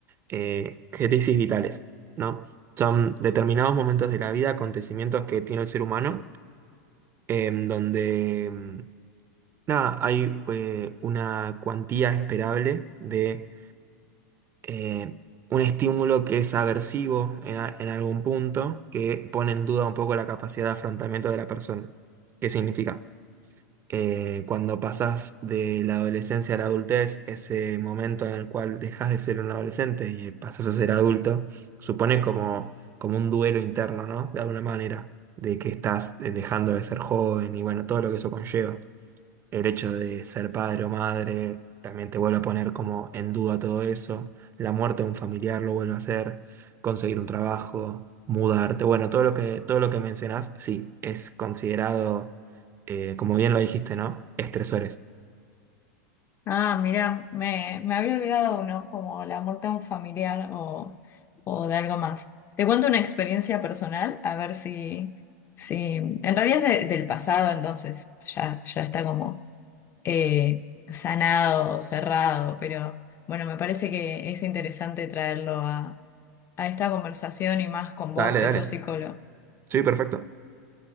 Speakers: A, on the right (about 25°); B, on the left (about 25°).
A: eh, crisis vitales, ¿no? Son determinados momentos de la vida, acontecimientos que tiene el ser humano, en donde em, Nada, hay eh, una cuantía esperable de eh, un estímulo que es aversivo en, a- en algún punto, que pone en duda un poco la capacidad de afrontamiento de la persona. ¿Qué significa? Eh, cuando pasas de la adolescencia a la adultez, ese momento en el cual dejas de ser un adolescente y pasas a ser adulto, supone como, como un duelo interno, ¿no? De alguna manera, de que estás eh, dejando de ser joven y bueno, todo lo que eso conlleva. El hecho de ser padre o madre también te vuelve a poner como en duda todo eso. La muerte de un familiar lo vuelve a hacer. Conseguir un trabajo, mudarte. Bueno, todo lo que, todo lo que mencionás, sí, es considerado, eh, como bien lo dijiste, ¿no? Estresores.
B: Ah, mira, me, me había olvidado uno, como la muerte de un familiar o, o de algo más. Te cuento una experiencia personal, a ver si, si en realidad es de- del pasado, entonces ya, ya está como eh, sanado, cerrado, pero bueno, me parece que es interesante traerlo a, a esta conversación y más con vos
A: Dale,
B: que
A: dale.
B: sos psicólogo.
A: Sí, perfecto.